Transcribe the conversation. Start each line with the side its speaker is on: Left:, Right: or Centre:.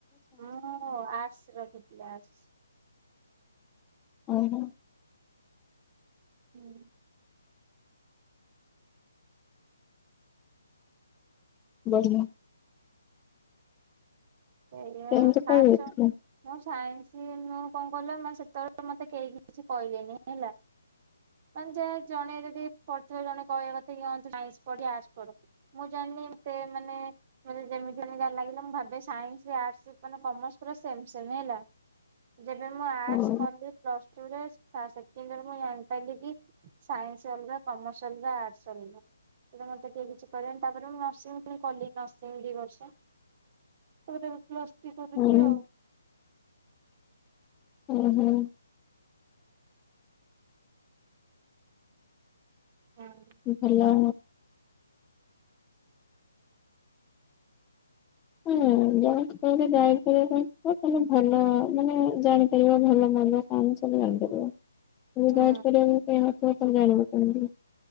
Right: ମୁଁ ଆର୍ଟସ୍ ରଖିଥିଲି ଆର୍ଟସ୍।
Left: ଓଃ ହୋ।
Right: ହୁଁ।
Left: ବଢିଆ।
Right: ସେଇଆ
Left: ଟେନ୍ଥ
Right: ଫାର୍ସ
Left: କୋଉ ରଖିଥିଲ?
Right: ମସ ସାଇଁସ୍ ମୁଁ କଣ କହିଲ ମାନେ ସେତେବେଳେ ତ ମତେ କେହି କିଛି କହିଲେନି ହେଲା। ମାନ ଯା ଜଣେ ହେଲେ ଟିକେ ପଢଥିବ ଜଣେ କହିବା କଥା କି ହଁ ତୁ ସାଇଁସ୍ ପଢ଼ କି ଆର୍ଟସ୍ ପଢ଼। ମୁଁ ଜାଣି ଣି ତେ ମାନେ ମତେ ଯେମିତି ଯାହା ଲାଗିଲା ମୁଁ ଭାବେ ସାଇଁସ୍ ସ୍, ଆର୍ଟସ୍ ମାନେ କମର୍ସ ପୁରା ସେମ୍ ସେମ୍ ହେଲା। ଯେବେ ମୁଁ ଆର୍ଟସ୍
Left: ଓହୋ
Right: କଲି ପ୍ଲସ୍ ଟୁ ରେ ଫାସ୍ ସେକେଣ୍ଡିୟରେ ମୁଁ ଜାଣିପାରିଲି କି ସାଇଁସ୍ ଅଲଗା କମର୍ସ ଅଲଗା ଆର୍ଟସ ଅଲଗା। ସେଟା ମତେ କିଏ କିଛି କଇଲେନି ତା ପରେ ମୁଁ ନର୍ସିଂ ପୁଣି କଲି ନର୍ସିଂ ଦି ବର୍ଷ। ତା ପରେ ଏବେ ପ୍ଲସ୍ ଥ୍ରି କରିୁଚି
Left: ଓହୋ
Right: ଆଉ।
Left: ଉଁ ହୁଁ।
Right: ହୁଁ
Left: ଭଲ। ହୁଁ। ଜଣ ଜଣେ କହିଲେ ଯାଇପାରିବା ତ ତମେ ଭଲ ମାନେ ଜାଣିପାରିବ ଭଲ ମନ୍ଦ କ ତାହାଲେ ଜାଣିପାରିବ
Right: ହୁଁ
Left: <unintelligible>